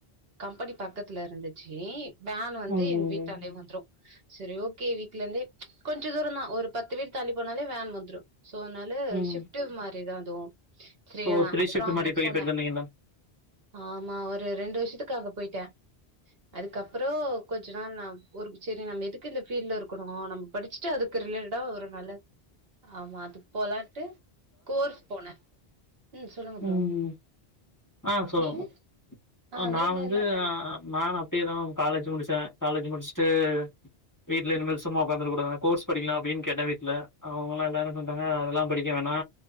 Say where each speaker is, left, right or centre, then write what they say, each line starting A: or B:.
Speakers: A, on the right; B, on the left.
A: கம்பெனி பக்கதுல இருந்துச்சு வேன் வந்து
B: ம்
A: எங்க வீடான்டே வந்துரு சேரி ஓகே வீட்ல இருந்தே கொஞ்சோ தூரம் தா ஒரு பத்து வீடு தள்ளி போனாலே வேன் வந்துரு சோ அதனால ஷிப்ட்டு
B: ம்
A: மாரிரும் அதுவு செரியா
B: ஓ த்ரீ
A: அப்புறோ
B: ஷிஃப்ட்
A: அங்க
B: மாரி போய்
A: போன
B: போய்ட்டு வந்தீங்களா
A: ஆமா ஒரு ரெண்டு வருஷத்துக்கு அங்க போயிட்டே அதுக்கப்புறோ கொஞ்ச நாள் நா ஒருக் செரி நம்ம எதுக்கு இந்த ஃபீல்ல இருக்குணு நம் படிச்சுட்டு அதுக்கு ரிலேட்டடா ஒரு நல்ல ஆமா அதுக்கு போலாட்டு கோர்ஸ் போனே ம் சொல்லுங்க ப்ரோ.
B: ம் ஆ சொல்லுங்ம
A: நீங்க ஆ
B: அ நா
A: நீங்க
B: வந்து
A: என்ன பண்ணீங்க
B: ஆ ஆ நான தே தா மேம் காலேஜ் முடிச்சே காலேஜ் முடிச்ட்டு வீட்ல இன்மேல் சும்மா ஒக்காந்துர கூடாதுனு கோர்ஸ் படிக்லா அப்டின் கேட்டே வீட்ல அவுங்கள்லா எல்லாரு சொல்டாங்க அதெல்லாம் படிக்க வேணா.